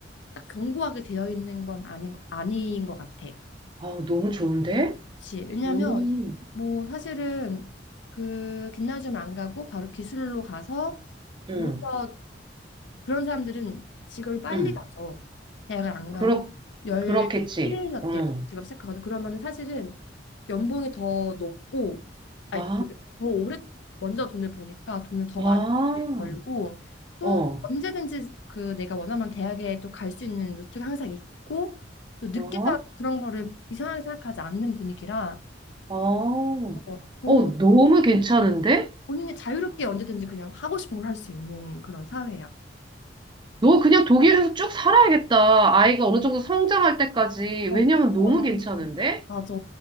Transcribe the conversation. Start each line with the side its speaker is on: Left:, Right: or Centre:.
Left: 딱 견고하게 되어 있는 건 아닌 아닌 것 같아.
Right: 아, 너무 좋은데?
Left: 그치. 음, 왜냐면
Right: 음,
Left: 뭐 사실은 그 김나지움 안 가고 바로 기술로 가서
Right: 음,
Left: 오히려 그런 사람들은 직업이 빨리
Right: 음.
Left: 가죠. 대학을 안
Right: 그렇,
Left: 가고 11년
Right: 그렇겠지. 어.
Left: 때 직업 시작하거든. 그러면은 사실은 연봉이 더 높고 아니
Right: 아,
Left: 더 오래 먼저 돈을 버니까 돈을 더
Right: 아,
Left: 많이 벌고 또
Right: 어.
Left: 언제든지 그 내가 원하면 대학에 또 갈 수 있는 루트가 항상 있고 또 늦게
Right: 어.
Left: 가도 그런 거를 이상하게 생각하지 않는 분위기라
Right: 어,
Left: 어, 본인,
Right: 어, 너무 괜찮은데?
Left: 본인이 자유롭게 언제든지 그냥 하고 싶은 걸 할 수 있는 그런 사회야.
Right: 너 그냥 독일에서 쭉 살아야겠다. 아이가 어느 정도 성장할 때까지.
Left: 어,
Right: 왜냐면
Left: 그런 건
Right: 너무
Left: 너무
Right: 괜찮은데?
Left: 좋아. 맞아,